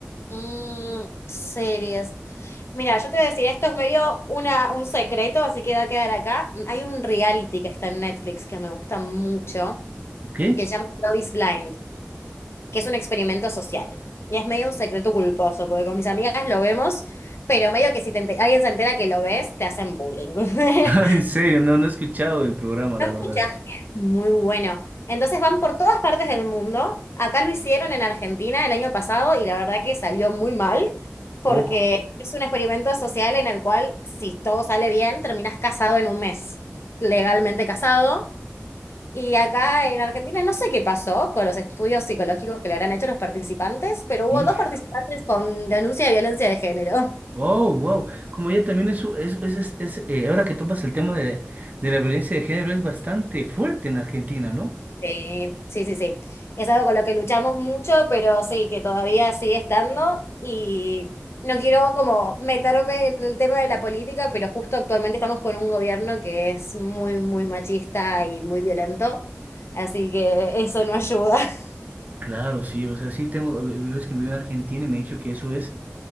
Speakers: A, on the left; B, on the right.
A: Mm, series. Mira, yo te voy a decir, esto es medio una, un secreto, así que va a quedar acá. Mm, Hay un reality que está en Netflix que me gusta mucho,
B: ¿qué?
A: que se llama Love is Blind, que es un experimento social. Y es medio un secreto culposo, porque con mis amigas lo vemos, pero medio que si te ente- alguien se entera que lo ves, te hacen bullying. <laughs>
B: <laughs> En serio, no, no he escuchado del programa, la
A: Mucha
B: verdad.
A: gente. Muy bueno. Entonces van por todas partes del mundo. Acá lo hicieron en Argentina el año pasado y la verdad que salió muy mal porque
B: Oh,
A: es un experimento social en el cual si todo sale bien terminas casado en un mes, legalmente casado. Y acá en Argentina no sé qué pasó con los estudios psicológicos que le habrán hecho los participantes, pero hubo
B: hijo.
A: dos participantes con denuncia de violencia de género.
B: Oh, wow. Como ya también es, es, es, es- es, eh, ahora que topas el tema de, de la violencia de género, es bastante fuerte en Argentina, ¿no?
A: Sí, sí, sí, sí. Es algo con lo que luchamos mucho, pero sí, que todavía sigue estando y no quiero como meterme en el tema de la política, pero justo actualmente estamos con un gobierno que es muy, muy machista y muy violento, así que eso no ayuda. <laughs>
B: Claro, sí, o sea, sí tengo amigos que viven en Argentina y me ha dicho que eso es